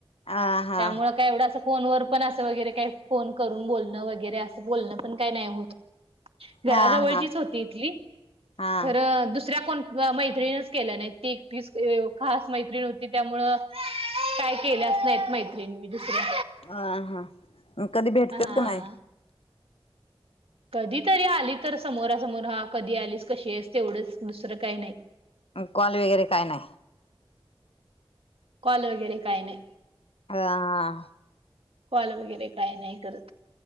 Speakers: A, on the left; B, on the right.
A: आ हा
B: त्यामुळे का एवढं अस फोन व पण असं वगैरे काही फोन करून बोलणं वगैरे असं बोलणं पण काही नाही होत घराजवळचीच
A: हा हा
B: होती इथली
A: हा
B: खरं दुसऱ्या कोण मैत्रीणच केल्या नाही ती तीच खास मैत्रीण होती त्यामु काय केल्या अस नाहीत मैत्रिणी मी दुसऱ्या
A: अ हा कधी भेटतात
B: हा
A: का नाही
B: कधी तरी आली तर समोरासमोर हा कधी आलीस कशी आहेस तेवढंच दुसरं काही नाही
A: कॉल वगैरे काय नाही
B: कॉल वगैरे काय नाही
A: ह
B: कॉल वगैरे काय नाही करत